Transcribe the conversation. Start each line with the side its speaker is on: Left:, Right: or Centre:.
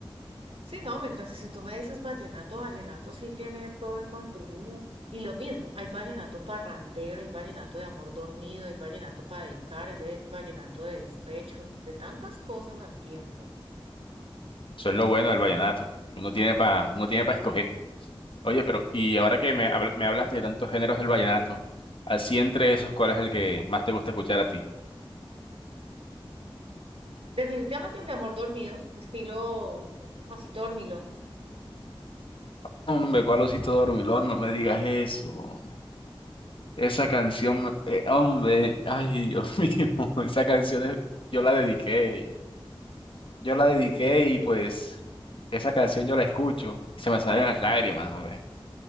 Right: Sí, no, mientras que si tú me dices vallenato, vallenato sí tiene todo el contenido. Y lo mismo, hay vallenato parrandero, hay vallenato de amor dormido, hay vallenato para dedicar, hay de- vallenato de despecho, de tantas cosas al tiempo.
Left: Eso es lo bueno del vallenato. Uno tiene para uno tiene para escoger. Oye, pero y ahora que me, habl- me hablas de tantos géneros del vallenato, así entre esos, ¿cuál es el que más te gusta escuchar a ti?
Right: Definitivamente el de amor dormido, estilo así dormilón.
Left: Hombre, cuál osito dormilón, no me digas eso. Esa canción, me- eh, hombre, ay, Dios <laughs> mío, esa canción es- yo la dediqué. Yo la dediqué y pues esa canción yo la escucho y se me salen las lágrimas, hombre.